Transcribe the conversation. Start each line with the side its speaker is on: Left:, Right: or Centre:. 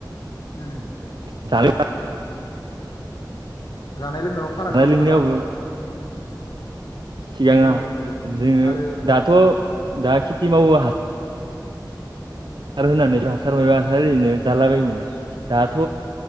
Left: ओम
Right: <unintelligible>
Left: जानाय लोंनायाव
Right: जानाय
Left: फाराग दं
Right: लोंनायावबो
Left: गोबां।
Right: सिगाङा
Left: नंगौ नंगौ नंगौ
Right: जोङो
Left: आरो
Right: दाथ' दा खेथि मावो हा हासार होनानै हासार मायबा हासार होनानै जालाबायोमोनना दाथ'